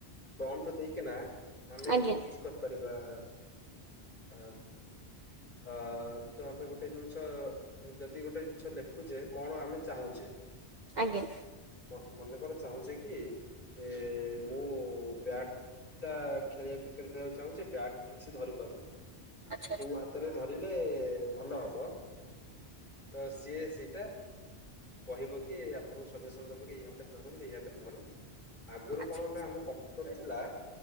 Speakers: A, on the left; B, on the right.
A: ପ୍ରମ୍ପ୍ଟ ଦେଇକିନା ଆମେ
B: ଆଜ୍ଞା
A: ୟୁଜ କରିପାରିବା ଆ। ଆ ତ ଆମେ ଗୋଟେ ଜିନିଷ ଯଦି ଗୋଟେ ଜିନିଷ ଲେଖୁଛେ କଣ ଆମେ ଚାହୁଁଚେ।
B: ଆଜ୍ଞା।
A: ମ ମନେ କର ଚାହୁଁଚେ କି ଇ ମୁଁ ବ୍ୟାଟ ଟା ଖେଳିବା କ୍ରିକେଟ ଖେଳିବାକୁ ଚାହୁଁଚି ବ୍ୟାଟ୍ ଠିକ ସେ ଧରି ପାରୁନି।
B: ଆଚ୍ଛା
A: କୋଉ
B: ଆଛା।
A: ହାତରେ ଧରିଲେ ଭଲ ହବ, ତ ସିଏ ସେଇଟା କହିବ କି ଆପଣଙ୍କୁ ସଜେସନ ଦବ କି, ଏଇ ହାତରେ ଧରନ୍ତି ଏଇ ହାତରେ ଧରନ୍ତୁ। ଆଗୁରୁ
B: ଆଚ୍ଛା ଆଚ୍ଛା
A: କଣ
B: ଆଚ୍ଛା।
A: ନା ଆମ କମ୍ପୁଟର ଥିଲା